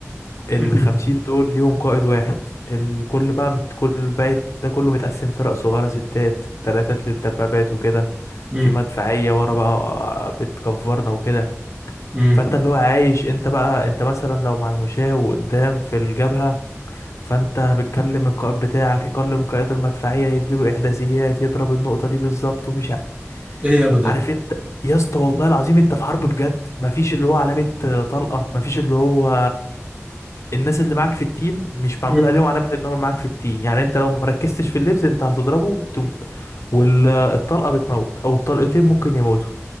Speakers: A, on the left (about 70°); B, on the right (about 25°).
A: الخمسين
B: <laughs>
A: دول ليهم قائد واحد الكل بقى مت... كل بقى ده كله متقسم فرق صغيرة ستات تلاتات للدبابات وكده
B: امم
A: في مدفعية ورا بقى آه، بتكفرنا وكده
B: امم
A: فانت اللي هو عايش انت بقى انت مثلا لو مع المشاة وقدام في الجبهة فانت بتكلم القائد بتاعك يكلم قائد المدفعية يديله احداثيات يضرب النقطة دي بالظبط ومش ع-
B: ايه يابا ده
A: عارف انت يا اسطى والله العظيم انت في حرب بجد مفيش اللي هو علامة آه، طلقة مفيش اللي هو الناس اللي معاك في التيم مش معمول
B: مم.
A: عليهم علامة ان هم معاك في التيم يعني انت لو مركزتش في اللبس انت هتضربه تم... والطلقة بتموت او الطلقتين ممكن يموتوا